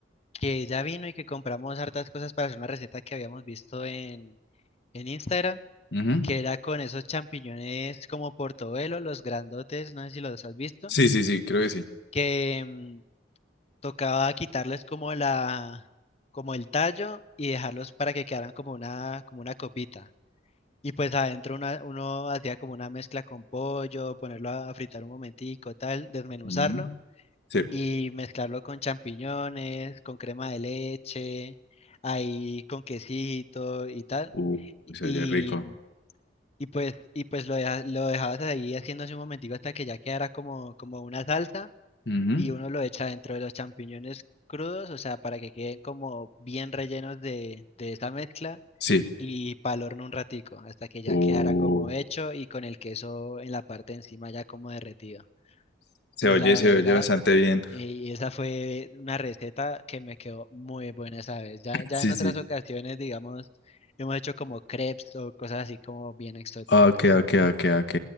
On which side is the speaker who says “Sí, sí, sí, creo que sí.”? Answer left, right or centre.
Left